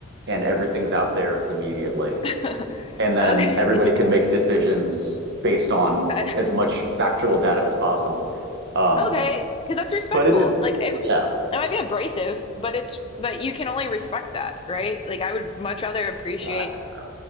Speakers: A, on the right; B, on the left.
A: and everything's out there immediately.
B: <laughs>
A: And then
B: Okay,
A: everybody
B: <laughs>
A: can make decisions based on
B: I-
A: as much factual data as possible. Um,
B: okay, because that's respectful.
A: but it is,
B: Like it,
A: yeah,
B: it might be abrasive, but it's but you can only respect that, right? Like I would much rather appreciate
A: yeah, I think so.